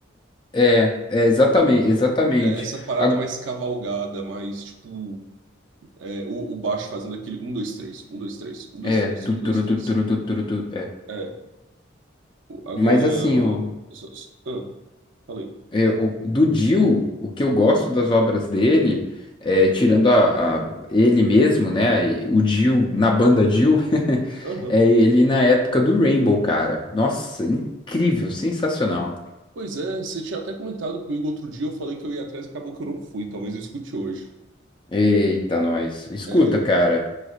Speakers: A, on the left (about 25°); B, on the right (about 75°).
A: É, é exatamente, exatamente.
B: É, essa parada
A: A-
B: mais cavalgada, mais tipo. É, o, o baixo fazendo aquele um dois três um dois três um dois
A: é,
B: três
A: tu,
B: um
A: turu,
B: dois três
A: tu, turu, tu, turu, tu.
B: É, o- agora.
A: Mas assim, o,
B: s- s- Ah, falei.
A: é, o- do Dio, o que eu gosto das obras dele, é, tirando a, a- ele mesmo, né? O Dio na banda Dio, <laughs>
B: Aham.
A: é ele na época do Rainbow, cara. Nossa, incrível, sensacional.
B: Pois é, você tinha até comentado comigo outro dia, eu falei que eu ia atrás e acabou que eu não fui, talvez eu escute hoje.
A: Eita, nós. Escuta,
B: É,
A: cara.